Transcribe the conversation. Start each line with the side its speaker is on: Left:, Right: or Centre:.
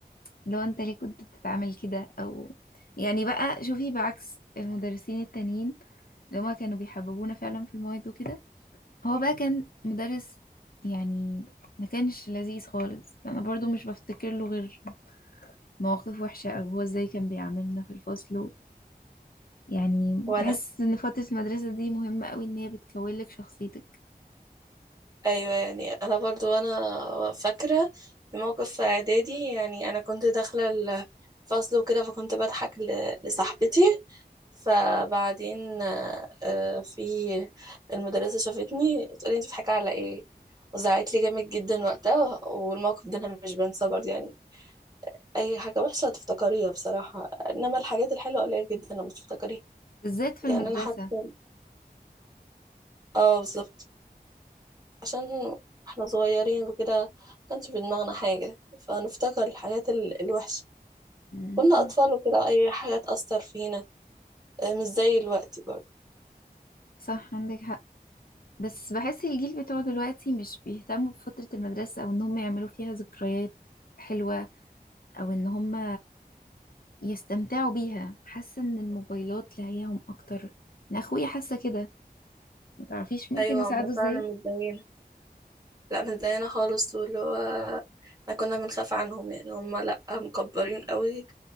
Left: لو انت ليه كنت بتتعامل كده او يعني بقى شوفي بعكس المدرسين التانيين اللي هما كانوا بيحببونا فعلا في المواد وكده هو بقى كان مدرس يعني ما كانش لذيذ خالص انا برضو مش بفتكر له غير مواقف وحشة او هو ازاي كان بيعاملنا في الفصل و... يعني
Right: وانا
Left: بحس ان فترة المدرسة دي مهمة قوي ان هي بتكون لك شخصيتك
Right: ايوه يعني انا برضو انا فاكره في موقف في اعدادي يعني انا كنت داخله الفصل وكده فكنت بضحك ل- لصاحبتي فبعدين آه، آه، في المدرسه شافتني تقولي انت بتضحكي على ايه وزعقت لي جامد جدا وقتها والموقف ده انا مش بنساه برضه يعني اي حاجه وحشه هتفتكريها بصراحه انما الحاجات الحلوه قليل جدا لما تفتكريها
Left: بالذات في
Right: يعني
Left: المدرسة
Right: انا حاسه اه بالظبط عشان احنا صغيرين وكده ما كانش في دماغنا حاجة فنفتكر الحاجات ال- الوحشة
Left: مم.
Right: كنا أطفال وكده أي حاجة تأثر فينا آه، مش زي الوقت برضه
Left: صح عندك حق بس بحس الجيل بتوع دلوقتي مش بيهتموا بفترة المدرسة أو إن هم يعملوا فيها ذكريات حلوة أو إن هم يستمتعوا بيها حاسة إن الموبايلات لاهياهم أكتر أنا أخويا حاسة كده متعرفيش ممكن
Right: أيوة
Left: أساعده
Right: هما
Left: إزاي
Right: فعلا مش زينا لا مش زينا خالص واللي هو احنا كنا بنخاف عنهم يعني هما لأ مكبرين قوي